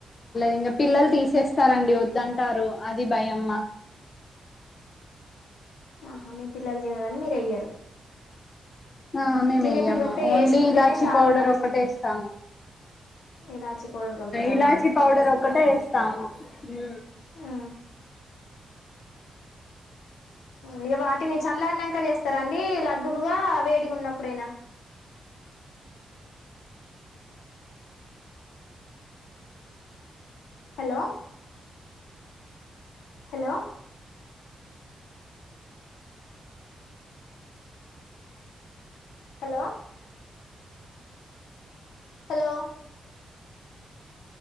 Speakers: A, on the left; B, on the left.
A: ఇంకా పిల్లలు తీసేస్తారండి వద్దంటారు అది భయం మాకు
B: ఆహా మీ పిల్లలు తినరని మీరు ఎయ్యారు
A: ఆ మేము
B: తినే
A: వెయ్యాము
B: పిల్లలు ఉంటే
A: ఓన్లీ
B: వేసుకుంటేనే
A: ఇలాచి
B: చాలా
A: పౌడర్
B: మంచిది
A: ఒకటే ఎస్తాము
B: ఇలాచి పౌడర్ కలుపుతారా
A: ఇలాచి పౌడర్ ఒక్ ఒక్కటే వేస్తాము మ్మ్
B: ఆ ఇక వాటిని చల్లారినాక చేస్తారా అండి లడ్డులుగా వేడిగా ఉన్నప్పుడేనా hello hello hello hello